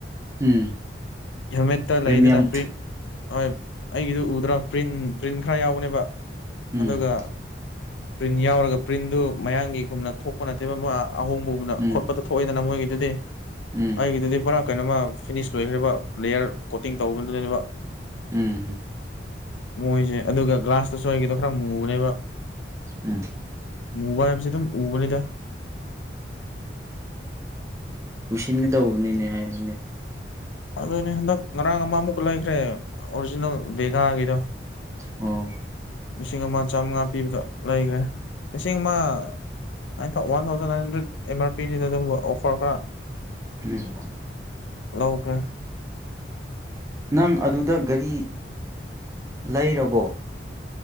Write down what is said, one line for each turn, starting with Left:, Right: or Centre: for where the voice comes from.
Right: ꯎꯝ
Left: ꯍꯦꯜꯃꯦꯠꯇ
Right: ꯄ꯭ꯔꯤꯃꯤꯌꯝ
Left: ꯂꯩꯗꯅ ꯄꯔꯤ ꯍꯣꯏ ꯑꯩꯒꯤꯗꯨ ꯎꯗ꯭ꯔꯥ ꯄ꯭ꯔꯤꯟ ꯄ꯭ꯔꯤꯟ ꯈꯔ ꯌꯥꯎꯕꯅꯦꯕ
Right: ꯎꯝ
Left: ꯑꯗꯨꯒ ꯄ꯭ꯔꯤꯟ ꯌꯥꯎꯔꯒ ꯄ꯭ꯔꯤꯟꯗꯨ ꯃꯌꯥꯒꯤꯒꯨꯝꯅ ꯊꯣꯛꯄ ꯅꯠꯇꯦꯕ ꯑꯍꯣꯡꯕꯒꯨꯝꯅ
Right: ꯎꯝ
Left: ꯈꯣꯠꯄꯇ ꯊꯣꯛꯑꯣꯏꯗꯅ ꯃꯣꯏꯒꯤ ꯑꯗꯨꯗꯤ
Right: ꯎꯝ
Left: ꯑꯩꯒꯤꯗꯨꯗꯤ ꯄꯨꯔꯥ ꯀꯩꯅꯣꯃ ꯐꯤꯅꯤꯁ ꯂꯣꯏꯈ꯭ꯔꯦꯔꯤꯕ ꯂꯦꯌꯔ ꯀꯣꯇꯤꯡ ꯇꯧꯕꯗꯨꯗꯅꯦꯕ
Right: ꯎꯝ
Left: ꯃꯣꯏꯁꯦ ꯑꯗꯨꯒ ꯒ꯭ꯂꯥꯁꯇꯨꯁꯨ ꯑꯩꯒꯗꯣ ꯈꯔ ꯃꯨꯕꯅꯦꯕ
Right: ꯎꯝ
Left: ꯃꯨꯕꯥ ꯍꯥꯏ ꯄꯁꯤ ꯑꯗꯨꯝ ꯎꯕꯅꯤꯗ
Right: ꯎꯁꯤꯟꯒꯗꯧꯕꯅꯤꯅꯦ ꯑꯩ
Left: ꯑꯗꯨꯅꯦ ꯍꯟꯗꯛ ꯉꯔꯥꯡ ꯑꯃꯃꯨꯛ ꯂꯩꯈ꯭ꯔꯦ ꯑꯣꯔꯤꯖꯤꯅꯦꯜ ꯕꯦꯒꯥꯒꯤꯗꯣ
Right: ꯎꯝ
Left: ꯂꯤꯁꯤꯡ ꯑꯃ ꯆꯥꯝꯃꯉꯥ ꯄꯤꯕꯗꯣ ꯂꯩꯈ꯭ꯔꯦ ꯂꯤꯁꯤꯡ ꯑꯃ nine one thousand nine hundred ꯑꯦꯝꯥꯔ ꯄꯤꯅꯤꯗ ꯑꯗꯨ ꯑꯣꯐꯔ ꯈꯔ
Right: ꯎꯝ
Left: ꯂꯧ ꯈ
Right: ꯅꯪ ꯑꯗꯨꯗ ꯒꯥꯔꯤ ꯂꯩꯔꯕꯣ